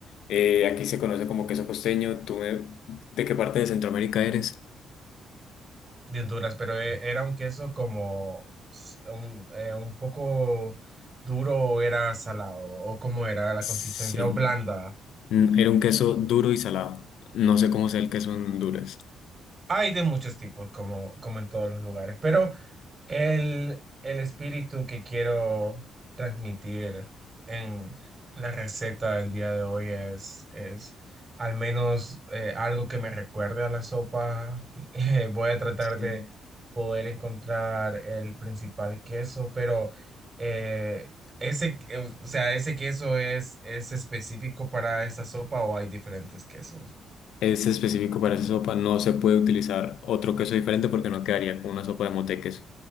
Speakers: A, on the left; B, on the right.
A: eh, aquí se conoce como queso costeño. ¿Tú me- de qué parte de Centroamérica eres?
B: de Honduras, pero e- era un queso como s- un, eh, un poco duro o era salado o cómo era la
A: Sí,
B: consistencia o blanda.
A: Mm, era un queso duro y salado. No sé cómo sea el queso en Honduras.
B: Hay de muchos tipos, como, como en todos los lugares, pero el, el espíritu que quiero transmitir en la receta del día de hoy es, es al menos eh, algo que me recuerde a la sopa. <laughs> Eh, voy a tratar
A: Sí.
B: de poder encontrar el principal queso, pero eh, ese, eh, o sea, ese queso es, es específico para esa sopa o hay diferentes quesos.
A: Es específico para esa sopa, no se puede utilizar otro queso diferente porque no quedaría con una sopa de mote queso.